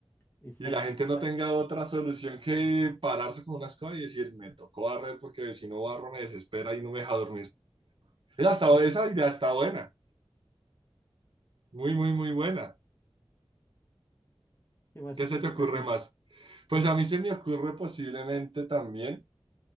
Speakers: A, on the left; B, on the right.
A: Exacto,
B: Y la gente
A: entonces,
B: no tenga
A: la-
B: otra solución que pararse con una escoba y decir, me tocó barrer porque si no barro me desespera y no me deja dormir. Esa, está-
A: la-
B: esa idea está buena. Muy, muy, muy buena.
A: ¿qué más
B: ¿Qué
A: se te
B: se
A: ocurre
B: te ocurre
A: a ti?
B: más? Pues a mí se me ocurre posiblemente también